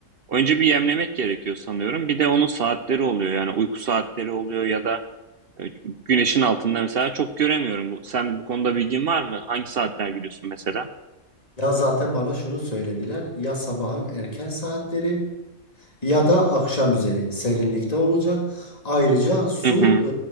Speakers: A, on the right; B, on the left.
A: Önce bir yemlemek gerekiyor sanıyorum. Bir de onun saatleri oluyor yani uyku saatleri oluyor ya da e, Güneşin altında mesela çok göremiyorum. Bu- Sen bu konuda bilgin var mı? Hangi saatler giriyorsun mesela?
B: Ya zaten bana şunu söylediler. Ya sabahın erken saatleri ya da akşam üzeri serinlikte olacak. Ayrıca su
A: Hı hı.